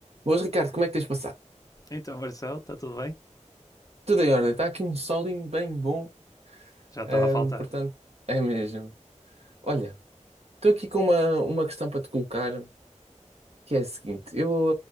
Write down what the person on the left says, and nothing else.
Então, Marcelo, está tudo bem?
Já estava
a faltar.